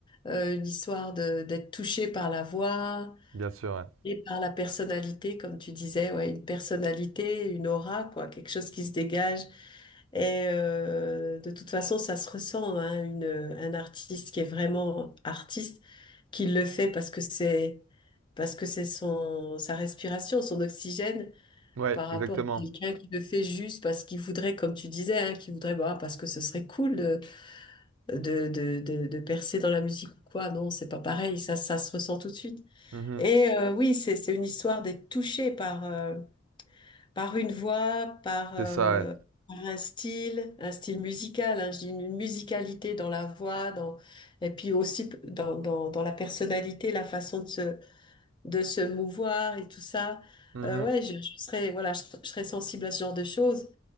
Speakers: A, on the left; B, on the right.
A: euh, une histoire de d'être touché par la voix,
B: Bien sûr, ouais.
A: Et par la personnalité, comme tu disais, ouais, une personnalité, une aura, quoi, quelque chose qui se dégage. Et euh, de toute façon, ça se ressent, hein, une, un artiste qui est vraiment artiste, qui le fait parce que c'est parce que c'est son sa respiration, son oxygène,
B: Ouais,
A: par rapport
B: exactement.
A: à quelqu'un qui le fait juste parce qu'il voudrait, comme tu disais, hein, qui voudrait, bah, parce que ce serait cool de de, de, de, de percer dans la musique ou quoi. Non, c'est pas pareil. Ça, ça se ressent tout de suite.
B: Mhm.
A: Et euh, oui, c'est c'est une histoire d'être touché par euh, par une voix, par
B: C'est
A: euh,
B: ça, ouais.
A: par un style, un style musical. hein, je dis une musicalité dans la voix, dans et puis aussi p- dans dans dans la personnalité, la façon de se de se mouvoir et tout ça.
B: Mhm.
A: Euh, ouais, je, je serais voilà, je, je serais sensible à ce genre de choses.